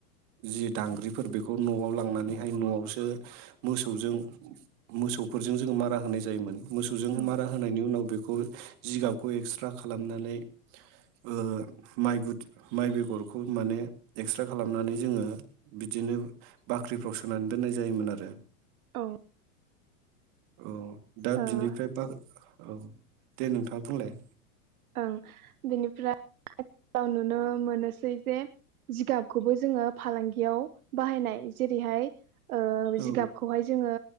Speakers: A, on the right; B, on the right.
A: जि दांग्रिफोर बेखौ न'आव लांनानैहाय न'आवसो मोसौजों मोसौफोरजों जोङो मारा होनाय जायोमोन मोसौजों
B: औ
A: मारा होनायनि उनाव बेखौ उल जिगाबखौ एक्स्रा खालामनानै ओहो ओहो माइ गुदु माइ बेगरखौ माने एक्स्रा खालामनानै जोङो बिदि नो बाख्रिफ्राव सोनानै दोन्नाय जायोमोन आरो
B: औ
A: औ दा
B: ओं
A: बिनिफ्राय बाख्रिखौ दे नोंथां बुंलाय
B: ओं बेनिफ्राय आथिखालाव नुनो मोनोसै जे जिगाबखौबो जोङो फालांगियाव बाहायनाय जेरैहाय ओ
A: औ
B: जिगाबखौहाय जोङो